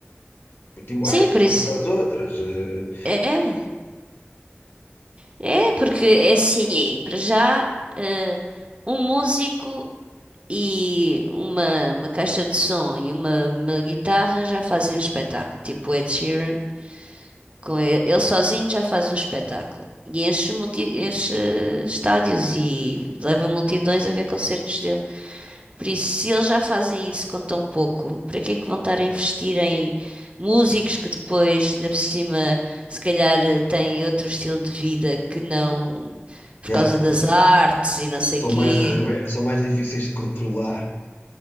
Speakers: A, on the left; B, on the right.
A: muito iguais
B: Sim, por isso.
A: umas às outras. Eh,
B: É, é porque é assim, para já, eh, um músico e uma, uma caixa de som e uma, uma guitarra já fazem um espetáculo, tipo o Ed Sheeran, com ele, ele sozinho já faz um espetáculo e enche, multi- enche estádios e leva multidões a ver concertos dele. Por isso, se eles já fazem isso com tão pouco, para que é que vão estar a investir em músicos que depois, ainda por cima, se calhar eh, têm outro estilo de vida que não por
A: yeah.
B: causa das artes e não sei
A: São
B: quê?
A: mais, rebe- são mais difíceis de controlar.